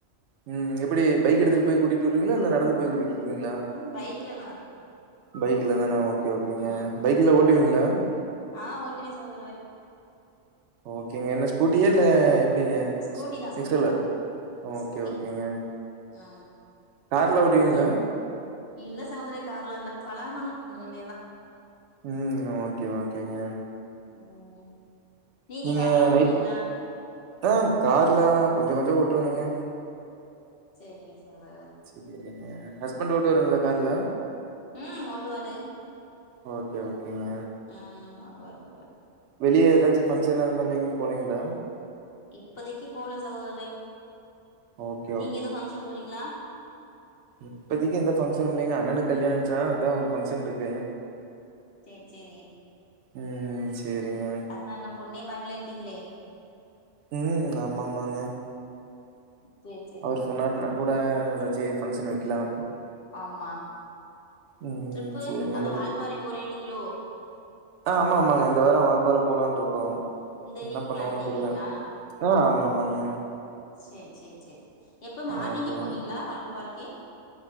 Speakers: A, on the right (about 75°); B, on the left (about 60°).
A: ம் எப்பிடி பைக் எடுத்துட்டு போய் கூட்டிட்டு வருவீங்ளா இல்ல நடந்து போய் கூட்டிட்டு வருவீங்ளா
B: ம் பைக்ல தான்
A: பைக்லதானா ஓகே ஓகேங்க
B: ம்
A: பைக்ல
B: ஆமா
A: ஓட்டுவீங்ளா
B: சகோதரி ஆ ஓட்டுவே சகோதரரே
A: ஓகேங்க என்ன ஸ்கூட்டியா இல்ல எப்டிங்க
B: ஸ்கூட்டி தான் ஸ்கூட்டி
A: எக்ஸ்ட் எல்லா
B: தான்
A: ஓகே
B: ஸ்கூட்டி
A: ஓகேங்க
B: ஆ
A: கார்லா ஓட்டுவீங்ளா
B: இல்ல சகோதரரே கார்லா இல்ல பழகணு இனிமேதா
A: ம் ஓகே ஓகேங்க
B: ம்
A: நீங்க
B: கார்லாம்
A: நைட்
B: ஓட்டுவீங்களா
A: ஆ கார்லா கொஞ்சோ கொஞ்சோ ஓட்டுவேணுங்க
B: சேரிங்க <unintelligible>
A: சேரிங்க ஹஸ்பண்ட்டு ஓட்டுவாருங்ளா கார்லா
B: ம் ஓட்டுவாரு
A: ஓகே ஓகேங்க
B: ஆ ஆ ஓட்வாரு ஓட்டுவாரு
A: வெளிய எதாச்சி ஃபங்க்ஷன் அதுமார்லா எங்கியும் போலேங்களா
B: இப்போதைக்கி போல சகோதரே
A: ஓகே
B: நீங்க எது ஃபங்க்ஷன் போறீங்ளா
A: இப்பதிக்கு எந்த ஃபங்க்ஷனு இல்லைங்க அண்ணனுக் கல்யாணம் வச்சா அதா ஒரு ஃபங்க்ஷன்ருக்கு
B: சேர் சேரி
A: ம் சரிங்க.
B: அதா இன்னம் பொண்ணே பாக்லேன்ட்டீங்ளே
A: ம் ஆமா ஆமாங்க
B: சரி சரி
A: அவருச் சொன்னாருன்னா கூட எதாச்சி ஃபங்க்ஷன் வக்கிலா
B: ஆமா
A: ம்
B: ட்ரிப்பு
A: சரிங்க.
B: அதா
A: இன்னைக்கு
B: வால்ப்பாறை போறேன்னீங்ளோ
A: ஆ ஆமா ஆமாங்க இந்த வாரோ வால்பாற போலான்ட்ருக்கோ
B: இந்த
A: என்னப்
B: வீக்
A: பண்ணுவாங்கன்
B: பிளான் பண்ணிருக்கீங்களா
A: தெர்ல ஆ ஆமா ஆமாங்க
B: சேர் சேர் சேர் எப்ப மார்னிங்கே
A: ஓகேங்க.
B: போவீங்ளா வல்ப்பாறைக்கி